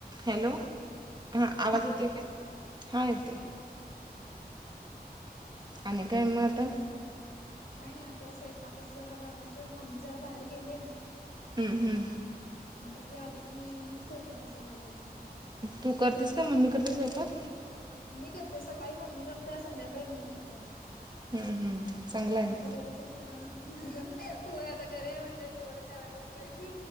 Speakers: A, on the right; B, on the left.
A: Hello हा आवाज येतोय काय हा येतोय. आणि काय म आता
B: काय नाय आता स्वयंपाकाचं जरा बघायचं मम्मी जरा बाहेर गेलेय.
A: हूं हूं
B: हं आता ती आली की मग स्वयंपाकाच बघायचं.
A: तू करतेस का? मम्मी करते स्वयंपाक
B: मी करते सकाळी मम्मी करते संध्याकाळी मी करते.
A: हम्म हम्म चांगलं आहे
B: आता घरीच असत ना होय आता घरी आहे म्हणलं तेवढं करायलाच पाहिजे